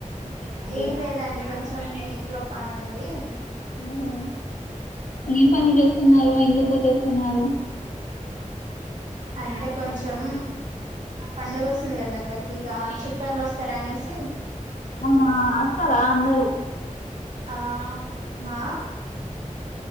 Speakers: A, on the left; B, on the right.
A: ఓకే.
B: ఏం లేదండి కొంచెం చెం ఇంట్లో పనుంది.
A: ఓహో ఏం పని
B: ఆ
A: జేస్తున్నారు ఎందుకు జేస్ తున్నారు
B: అంటే కొంచెం పండుగొస్తుంది గద దగ్గరకి ఇక చుట్టాలొస్తారనేసి సి
A: అవునా అస్తరా అందరూ
B: ఆ మా